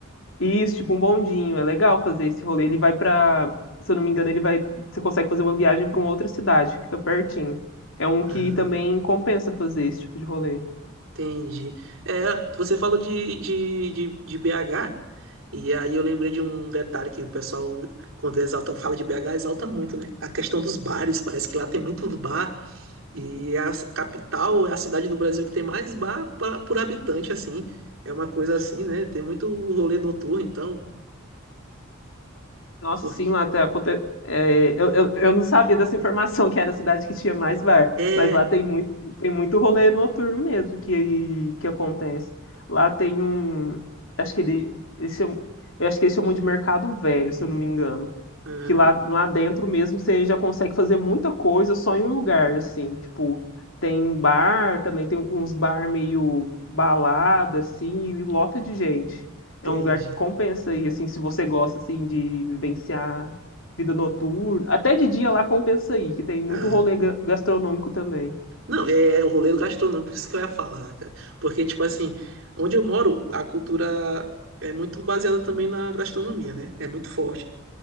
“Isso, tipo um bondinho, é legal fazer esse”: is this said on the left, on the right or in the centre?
Left